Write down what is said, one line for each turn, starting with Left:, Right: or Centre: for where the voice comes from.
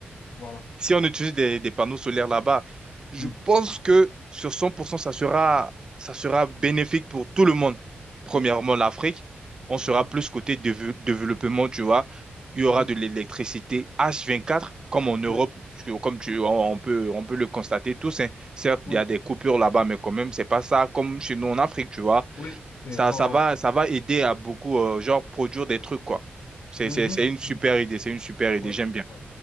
Left: Voilà.
Right: Si on utilise des, des panneaux solaires là-bas, je
Left: Mm.
Right: pense que sur 100%, ça sera, ça sera bénéfique pour tout le monde. Premièrement,
Left: Ouais.
Right: l'Afrique, on sera
Left: Mhm.
Right: plus côté déve- développement, tu vois. Il y aura
Left: Mhm.
Right: de l'électricité H24, comme en Europe,
Left: Oui,
Right: parce que comme tu,
Left: oui,
Right: on, on peut, on peut le constater tous. hein. Certes,
Left: oui,
Right: il y a des coupures là-bas, mais quand même, c'est pas ça comme chez nous en Afrique, tu vois.
Left: oui, c'est
Right: Ça,
Left: rare.
Right: ça va, ça va aider à beaucoup, euh, genre, produire des trucs, quoi. C'est,
Left: Mhm.
Right: c'est, c'est une super
Left: Mhm.
Right: idée, c'est une super idée,
Left: Ouais,
Right: j'aime bien.
Left: ouais,